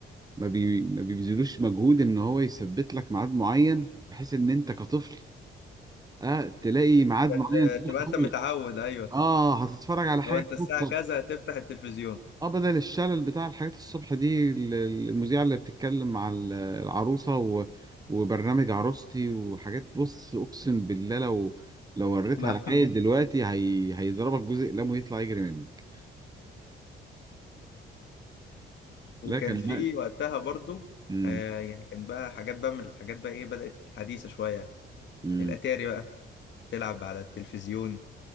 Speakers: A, on the right; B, on the left.
A: ما بي ما بيبذلوش مجهود ان هو يثبت لك ميعاد معين بحيث ان انت كطفل اه تلاقي ميعاد
B: فت-
A: معين تروح
B: تبقى انت متعود
A: له.
B: ايوه
A: اه هتتفرج على حاجه
B: لو انت الساعه
A: تفكك.
B: كذا هتفتح التلفزيون
A: اه بدل الشلل بتاع الحاجات الصبح دي ال- ال- المذيعه اللي بتتكلم مع ال- العروسه و... وبرنامج عروستي وحاجات بص اقسم بالله لو لو وريتها
B: ما-
A: لعيل
B: <laughs>
A: دلوقتي هي... هيضربك جزء قلمه يطلع يجري منك لا
B: وكان
A: كان
B: في
A: بقى
B: وقتها برضو
A: امم
B: آه يعني كان بقى حاجات بقى من الحاجات بقى ايه بدأت حديثة شوية
A: امم
B: الاتاري بقى تلعب على التلفزيون